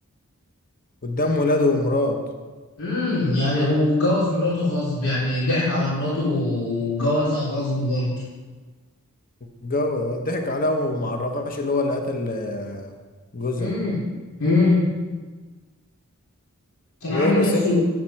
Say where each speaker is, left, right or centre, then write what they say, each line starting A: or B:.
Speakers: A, on the left (about 40°); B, on the left (about 80°).
A: قدام ولاده ومراته
B: امم يعني واتجوز مراته غصب يعني ضحك على مراته واتجوزها غصب برضه
A: الجو ضحك عليه وما عرفهاش اللي هو اللي قتل آه، جوزها
B: امم امم كان
A: وايه
B: عامل
A: بس
B: نفسه
A: هي-